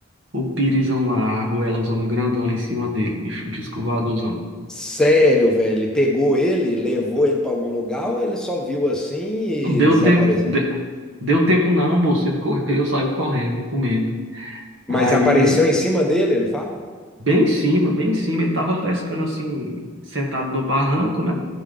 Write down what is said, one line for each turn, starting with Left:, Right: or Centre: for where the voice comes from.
Right: o pirizão lá, a arruelazona grandona em cima dele, bicho disco voadorzão.
Centre: Sério, velho. Pegou ele, levou ele para algum lugar ou ele só viu assim e
Right: Deu
Centre: desapareceu?
Right: tempo, de- deu tempo não, moço. Ele correu, saiu correndo com medo.
Centre: Mas
Right: Aí,
Centre: apareceu em cima dele, ele fala?
Right: bem em cima, bem em cima, ele tava pescando assim, sentado no barranco, né?